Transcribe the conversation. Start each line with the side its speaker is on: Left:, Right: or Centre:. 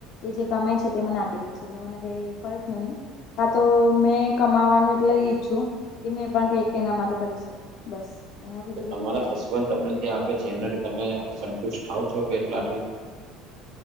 Left: એ જે કમાય છે તે મને આપી લે છે એટલે મને કઈ ફરક નહી. હા તો મેં કમાવાનું એટલે ઈચ્છું, કે મેં પણ કઈક અનામત કરી શક. બસ. એનાથી તો બીજું
Right: તમારા
Left: કઈ
Right: હસબન્ડ
Left: છે
Right: તમને જે આપે છે એનાથી તમે સંતુષ્ટ થાવ છો કે એટલાથી?